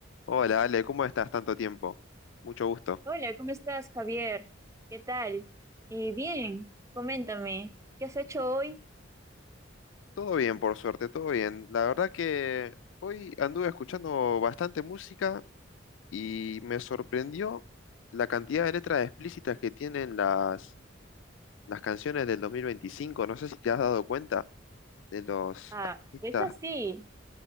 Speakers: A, on the left; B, on the right.
A: Hola, Ale, ¿cómo estás? Tanto tiempo. Mucho gusto.
B: Hola, ¿cómo estás, Javier? ¿Qué tal? Eh, bien, coméntame, ¿qué has hecho hoy?
A: Todo bien, por suerte, todo bien. La verdad que hoy anduve escuchando bastante música y me sorprendió la cantidad de letras explícitas que tienen las, las canciones del 2025. No sé si te has dado cuenta de los
B: Ah,
A: artistas.
B: de hecho sí,